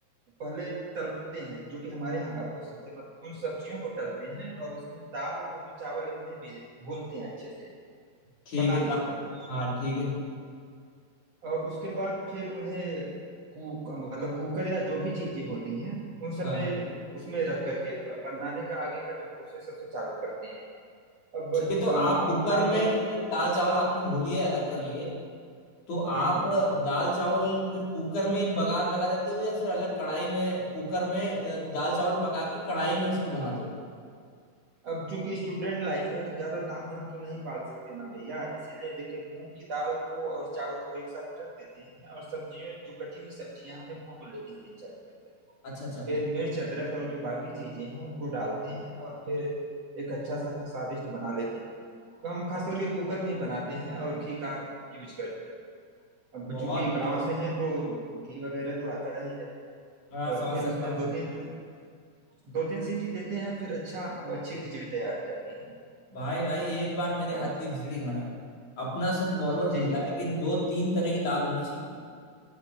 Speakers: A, on the right; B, on the left.
A: पहले तलते हैं जो कि हमारे यहाँ का प्रोसेस है मतलब उन सब्जियों को तलते हैं और उसमें दाल और जो चावल है उन्हें भी भूनते हैं अच्छे से
B: ठीक
A: पकाने
B: है दाल
A: से पहले
B: हाँ ठीक है
A: और उसके बाद फिर उन्हें कुक मतलब कुकर या जो भी चीजें होती हैं उन सब
B: हाँ
A: में उसमें रख करके बनाने का आगे का जो प्रोसेस सबसे चालू करते हैं अब
B: ठीक
A: अ,
B: है तो आप
A: हम
B: कुकर
A: दालों
B: में
A: में
B: जैसे दाल चावल आपने धो लिए अलग कर लिए तो
A: हम्म
B: आप
A: हम्म
B: दाल चावल फिर कुकर में ही बघार लगा देते हो या फिर अलग कढ़ाई में कुकर में अ, दाल चावल पका के कढ़ाई में उसको बनाते हो
A: अब चूंकि स्टूडेंट लाइफ है तो ज्यादा ताम झाम तो नहीं पाल सकते ना भैया इसीलिए देखिए मूंग की दाल को और चावल को एक साथ रख देते हैं और सब्जियों जो कटी हुई सब्जियां हैं, उन्हें भून लेते हैं तीन चार मिनट तक
B: अच्छा अच्छा
A: फिर मिर्च अदरक और जो बाकी चीजें हैं उनको डालते हैं और फिर एक अच्छा सा स्वादिष्ट बना लेते हैं तो हम खास करके कुकर में ही बनाते हैं और घी का यूज करते हुए अब
B: बहुत
A: चूंकि गांव
B: बढ़िया बात
A: से हैं तो घी वगैरह तो आता ही है
B: है। हाँ
A: और
B: समझ
A: फिर
B: सकता
A: उसमें
B: हूँ
A: दो
B: समझ-
A: तीन दो तीन सीटी देते हैं फिर अच्छा वो अच्छी खिचड़ी तैयार हो जाती है
B: भाई भाई एक बार मेरे हाथ
A: और
B: की खिचड़ी खाना अपना सिर्फ नॉर्मल
A: जी
B: फंडा
A: जी
B: है कि दो तीन तरह की दाल होनी चाहिए